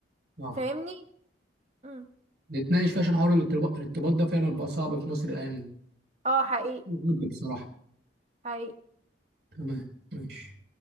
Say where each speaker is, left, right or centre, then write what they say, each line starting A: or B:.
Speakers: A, on the right; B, on the right.
A: آه.
B: فاهمني مم.
A: نتناقش فيه عشان حوار الارتباط الارتباط ده فعلا بقى صعب في مصر الايام دي
B: اه حقيقي
A: بجد بصراحه
B: حقيقي
A: تمام ماشي